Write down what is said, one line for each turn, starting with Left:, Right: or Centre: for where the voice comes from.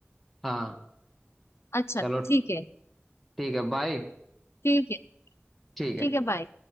Centre: हाँ
Left: अच्छा
Centre: चलो
Left: ठीक है
Centre: ठीक है बाय
Left: ठीक है
Centre: ठीक है
Left: ठीक है बाय